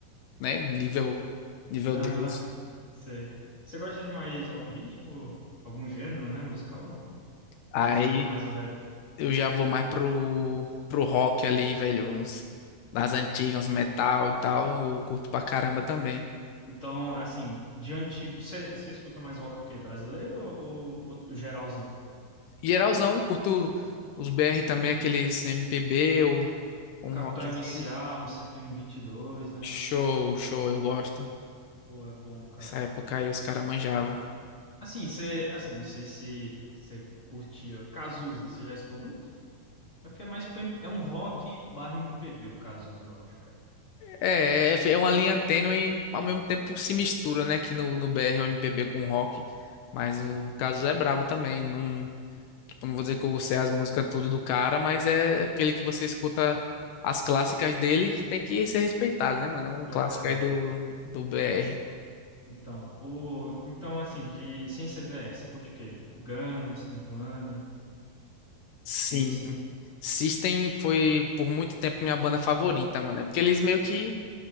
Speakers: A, on the left; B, on the left.
A: né, nível, nível
B: Aham,
A: Deus.
B: <laughs> sei. Você gosta de mais algum ritmo? Algum gênero, né? Musical ou não?
A: Aí
B: Você escuta mais o rap?
A: eu já vou mais pro, pro rock ali, velho. Uns, das antigas, uns metal e tal. Eu curto pra caramba também.
B: Então, assim, de antigo. Você você escuta mais rock o quê? Brasileiro ou, ou, ou geralzão?
A: Geralzão, curto os BR também, aqueles MPB ou ou
B: Um Capital
A: um rockzinho.
B: Inicial, um CPM dois, né?
A: Show, show, eu gosto.
B: Pô, é bom, cara.
A: Nessa época aí os caras manjavam.
B: Assim, você. Assim, eu não sei se você curtia. Cazuza, você já escutou muito? É porque é mais. pra- É um rock barra MPB o Cazuza, eu acho, cara.
A: É, é é uma linha tênue, ao mesmo tempo se mistura, né? Que no, no BR o MPB com o rock. Mas
B: Sim.
A: o Cazuza é brabo também. Não, tipo, não vou dizer que eu sei as músicas tudo do cara, mas é aquele que você escuta as clássicas dele que tem que ser respeitado, né, mano? É um
B: É
A: clássico
B: verdade.
A: aí do, do BR.
B: Então, o... então assim, de sem C B CBR, você curte o quê? Guns, Nirvana,
A: Sim.
B: System.
A: System foi por muito tempo minha banda favorita, mano. É Porque eles meio que